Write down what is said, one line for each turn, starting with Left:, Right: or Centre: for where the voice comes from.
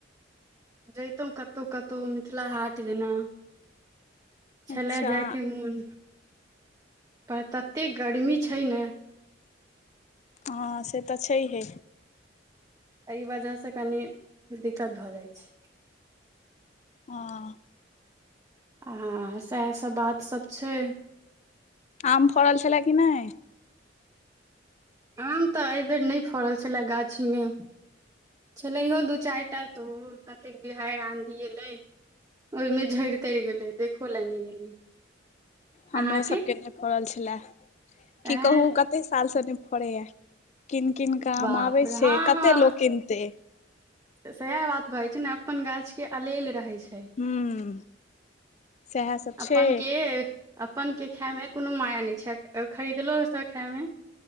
Right: जयतौ कतहु कतहु मिथिला हाट जेना। छले
Left: अच्छा
Right: जाय के मुन पर तत्ते गर्मी छै ने
Left: हँ से तऽ छैहे।
Right: अइ वजह से कनी दिक्कत भऽ जाइ छै।
Left: हँ।
Right: आ सएह सब बात सब छै।
Left: आम फराल छले कि नय।
Right: आम तऽ एहिबेर नय फड़ल छले गाछीमे। छेलैहो दू चारि टा तो ओ कतेक बिहाड़ि आंधी एलै। ओहिमे झड़ि तरि गेलै देखो लए नहि गेलियै।
Left: हमरो
Right: अहाँके
Left: सबके नय पड़ल छलए की
Right: एं
Left: कहू कत। कते साल से नहि फड़े य कीन किन कऽ
Right: बाप
Left: आम आबे
Right: रे
Left: छ
Right: हँ
Left: कते
Right: हँ
Left: लोक किनते।
Right: सएह बात भछै ने अपन गाछ के अलेल रहै छै।
Left: हूं सएह सब
Right: अपन
Left: छै
Right: के अपन के खायमे कोनो माया नय छै खरीदलहु सह खायमे।